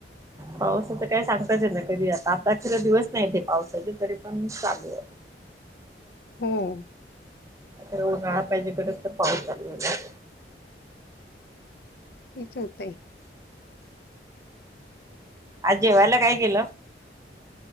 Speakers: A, on the right (about 20°); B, on the left (about 60°).
A: पावसाच काय सांगताच येत नाही कधी आता आता खर दिवस नाही तेे पावसाचे तरी पण चालू
B: हो‌
A: खर उन्हाळा पाहिजे कडक तर पाऊस चालू झालाय
B: तेच होत आहे
A: आज जेवायला काय केल